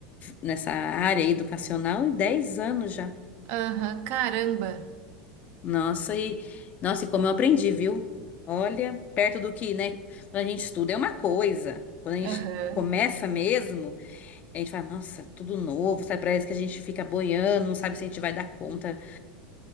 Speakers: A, on the left; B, on the right.
A: nessa área educacional, em 10 anos já.
B: Aham, caramba.
A: Nossa, e nossa, e como eu aprendi, viu? Olha, perto do que, né? Quando a gente estuda é uma coisa. Quando a gente
B: Aham.
A: começa mesmo, a gente fala, nossa, tudo novo, sabe? Parece que a gente fica boiando, não sabe se a gente vai dar conta,